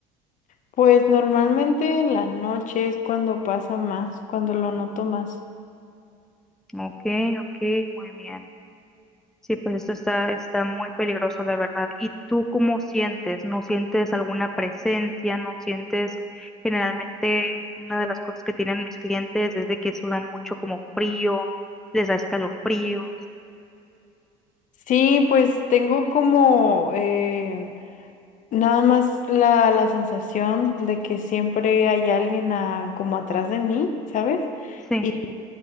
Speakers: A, on the left; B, in the centre.
A: Pues normalmente en la noche es cuando pasa más, cuando lo noto más.
B: Ok, ok, muy bien. Sí, pues esto está, está muy peligroso, la verdad. ¿Y tú cómo sientes? ¿No sientes alguna presencia? ¿No sientes generalmente una de las cosas que tienen mis clientes es de que sudan mucho como frío, les da escalofríos?
A: Sí, pues tengo como eh, Nada más la, la sensación de que siempre hay alguien a- como atrás de mí, ¿sabes?
B: Sí.
A: Y,